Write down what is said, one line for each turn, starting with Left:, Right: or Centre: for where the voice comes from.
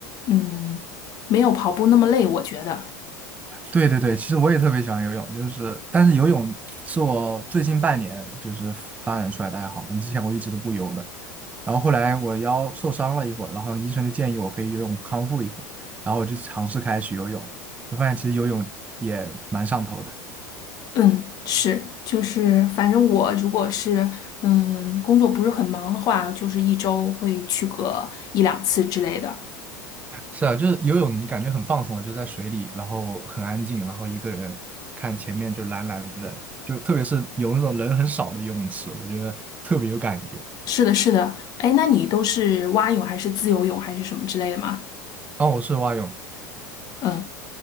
Left: 嗯，没有跑步那么累，我觉得。
Right: 对对对，其实我也特别喜欢游泳，就是但是游泳是我最近半年就是发展出来的爱好嘛之前我一直都不游的，然后后来我腰受伤了一会儿，然后医生就建议我可以游泳康复一会儿，然后我就尝试开始去游泳，就发现其实游泳也蛮上头的。
Left: 嗯，是，就是反正我如果是嗯工作不是很忙的话，就是一周会去个一两次之类的。
Right: <laughs> 是啊，就是游泳你感觉很放松，就在水里，然后很安静，然后一个人看前面就蓝蓝的，就是特别是有那种人很少的游泳池，我觉得特别有感觉。
Left: 是的，是的。哎，那你都是蛙泳还是自由泳还是什么之类的吗？
Right: 哦，我是蛙泳。
Left: 嗯，